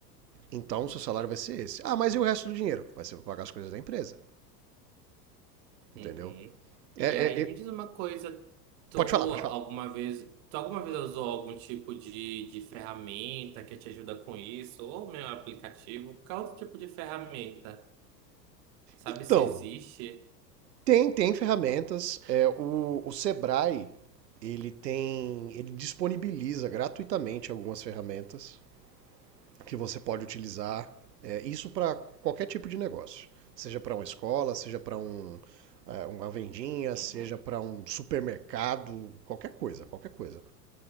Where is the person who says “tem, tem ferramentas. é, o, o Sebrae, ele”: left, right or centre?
Right